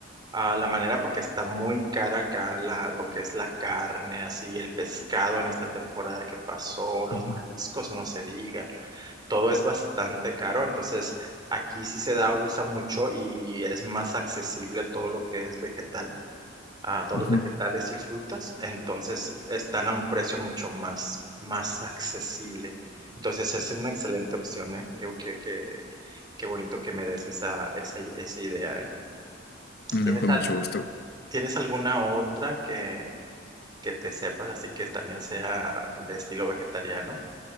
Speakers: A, on the right; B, on the left.
A: ah, la manera porque está muy cara acá la, lo que es la carne, así el pescado en esta temporada que pasó, los
B: Ujú,
A: mariscos, no se diga. todo es bastante caro, entonces aquí sí se da, usa mucho y es más accesible todo lo que es vegetal, ah, todos
B: ujú.
A: los vegetales y frutas, entonces están a un precio mucho más, más accesible. Entonces es una excelente opción, ¿eh? Qué, qué- qué- qué bonito que me des esa, esa, esa idea, ¿eh?
B: Bueno,
A: ¿Tienes,
B: Con
A: al-
B: mucho gusto.
A: tienes alguna otra que, que te sepas así que también sea de estilo vegetariano?